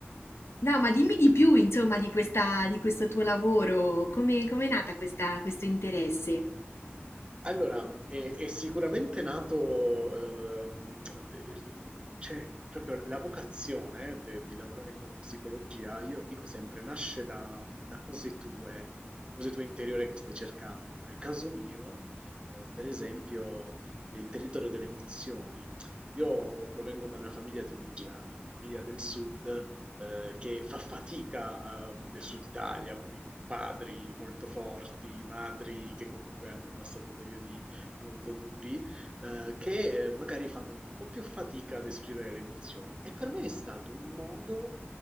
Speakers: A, on the left; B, on the right.
A: no, ma dimmi di più insomma di questa di questo tuo lavoro, come com'è nata questa questo interesse?
B: Allora, è è sicuramente nato, ehm, ehm, cioè proprio la vocazione de di lavorare con la psicologia, io dico sempre, nasce da da cose tue, da cose tue interiore che stai cercando, no, nel caso mio, ehm, per esempio, è il territorio delle emozioni. Io provengo da una famiglia, tu immagina, in famiglia del sud, eh, che fa fatica eh, del sud Italia, quindi con padri molto forti, madri che comunque hanno passato periodi molto duri, eh, che eh, magari fanno un po' più fatica ad esprimere le emozioni. E per me è stato un modo